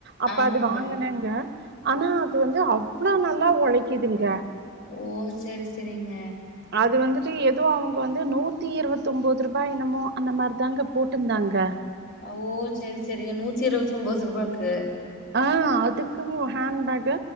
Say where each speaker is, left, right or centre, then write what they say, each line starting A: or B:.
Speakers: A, on the right; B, on the left.
A: அப்ப
B: ஆமாங்க.
A: அது வாங்கினங்க ஆனா அது வந்து அவ்ளோ நல்லா உழைக்குதுங்க
B: ஓ செரி செரிங்க
A: அது வந்துட்டு ஏதோ அவங்க வந்து நூத்தி இருவத்த ஒன்பது ரூபாய் என்னமோ அந்த மாதிரி தாங்க போட்டுருந்தாங்க
B: ஓ செரி செரிங்க நூத்தி இருபத்த ஒன்பது ரூபாக்கு
A: ஆ அதுக்கும் ஹேண்ட் பேக்